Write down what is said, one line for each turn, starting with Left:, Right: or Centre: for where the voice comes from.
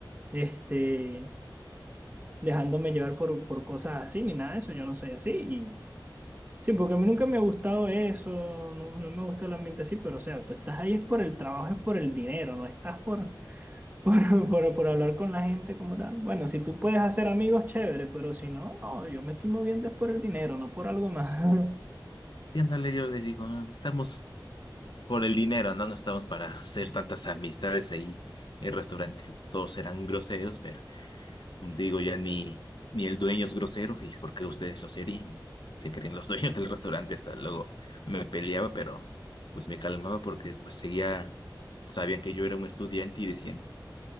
Right: este, dejándome llevar por, por cosas así, ni nada de eso, yo no soy así Sí, porque a mí nunca me ha gustado eso, no, no me gusta el ambiente así, pero o sea, tú estás ahí es por el trabajo, es por el dinero, no estás por, <laughs> por, por, por hablar con la gente como tal. Bueno, si tú puedes hacer amigos, chévere, pero si no, no, yo me estoy moviendo es por el dinero, no por algo más. <laughs>
Left: Sí, ándale, yo les digo, "Ah, estamos. Por el dinero, ¿no? No estamos para hacer tantas amistades ahí en el restaurante. Todos eran groseros, pero mm, digo, ya ni, ni el dueño es grosero, ¿y por qué ustedes lo serían? Se creen los <laughs> dueños del restaurante. Hasta luego me peleaba, pero pues me calmaba porque después seguía, sabían que yo era un estudiante y decían,